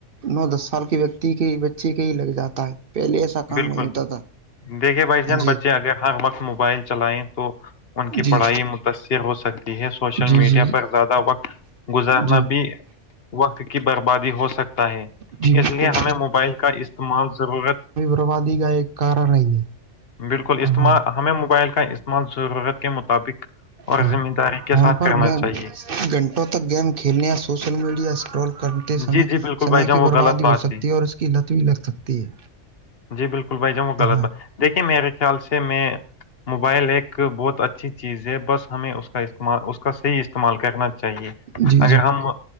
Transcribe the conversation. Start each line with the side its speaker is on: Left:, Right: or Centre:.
Right: نو دس سال کے ویکتی کے بچے کے ہی لگ جاتا ہے پہلے کام
Left: بالکل
Right: نہیں ہوتا تھا
Left: دیکھے بھائی جان
Right: جی
Left: بچے اگر ہر وقت موبائل چلائیں تو ان کی
Right: جی
Left: پڑھائی متاثر ہو سکتی سوشل
Right: جی
Left: میڈیا
Right: جی
Left: پر زیادہ وقت گزارنا
Right: جی
Left: بھی وقت کی بربادی ہو سکتا ہے
Right: جی
Left: اس
Right: بالکل
Left: لیے ہمیں موبائل کا استعمال ضرورت
Right: پروادی کا ایک کارن ہی ہے
Left: بالکل استعمال
Right: ہاں
Left: ہمیں موبائل کا استعمال ضرورت کے مطابق اور
Right: ہاں
Left: ذمہ داری کے
Right: فون
Left: ساتھ
Right: پر
Left: کرنا
Right: گیم
Left: چاہیے
Right: گھنٹوں تک گیم کھیلنے یا سوشل میڈیا اسٹال کرتے سمے
Left: جی جی بالکل
Right: سمے
Left: بھائی جان
Right: کی
Left: وہ
Right: بربادی
Left: غلط بات
Right: ہو سکتی ہے اور اس کی لت بھی لگ سکتی ہے
Left: جی بالکل بھائی جانؤ وہ غلط
Right: ہاں
Left: بات دیکھیے میرے خیال سے میں موبائل ایک بہت اچھی چیز ہے بس ہمیں اس کا استعمال اس کا صحیح استعمال کرنا چاہیے
Right: جی
Left: اگر
Right: جی
Left: ہم